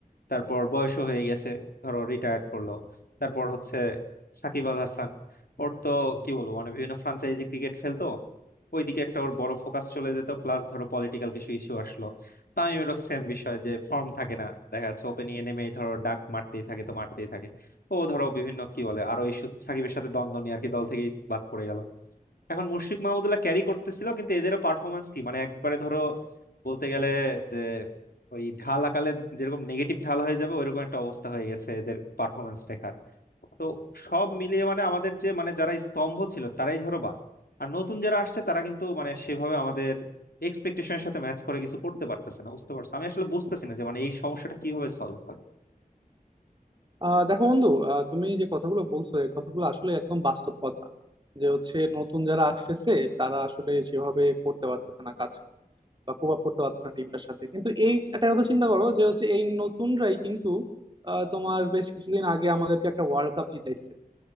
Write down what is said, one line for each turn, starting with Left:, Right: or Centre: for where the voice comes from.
Left: তারপর বয়সও হয়ে গেছে ধরো রিটায়ার্ড করলো তারপর হচ্ছে সাকিব আল হাসান ওর তো কি বলবো মানে বিভিন্ন ফ্রাঞ্চাইজি ক্রিকেট খেলতো ওইদিকে একটা ওর বড় ফোকাস চলে যেত প্লাস ধরো পলিটিক্যাল কিছু ইস্যু আসলো তামিমেরও সেম বিষয় যে ফর্ম থাকে না দেখা যাচ্ছে ওপেনিং এ নেমেই ধরো ডাক মারতেই থাকে তো মারতেই থাকে ও ধরো বিভিন্ন কি বলে আরো ইস্যু সাকিবের সাথে দ্বন্দ্ব নিয়ে আর কি দল থেকেই বাদ পড়ে গেল এখন মুশফিক মাহমুদুল্লাহ ক্যারি করতেছিল কিন্তু এদেরও পারফরমেন্স কি মানে একবারে ধরো বলতে গেলে যে ওই ঢাল আকালে যেরকম নেগেটিভ ঢাল হয়ে যাবে ওইরকম একটা অবস্থা হয়ে গেছে এদের পারফরমেন্স রেখার তো সব মিলিয়ে মানে আমাদের যে মানে যারা স্তম্ভ ছিল তারাই ধরো বাদ আর নতুন যারা আসছে তারা কিন্তু মানে সেভাবে আমাদের এক্সপেকটেশনের সাথে ম্যাচ করে কিছু করতে পারতেছে না বুঝতে পারছো আমি আসলে বুঝতেছি না যে মানে এই সমস্যাটা কিভাবে সলভ করে
Right: আহ দেখো বন্ধু আহ, তুমি যে কথাগুলো বলছো এই কথাগুলো আসলে একদম বাস্তব কথা যে হচ্ছে নতুন যারা আসতেছে তারা আসলে সেভাবে করতে পারতেছে না কাজ বা কোপ আপ করতে পারতেছে না টিমটার সাথে কিন্তু এই একটা কথা চিন্তা করো যে হচ্ছে এই নতুনরাই কিন্তু আহ, তোমার বেশ কিছুদিন আগে আমাদেরকে একটা ওয়ার্ল্ড কাপ জিতাইছে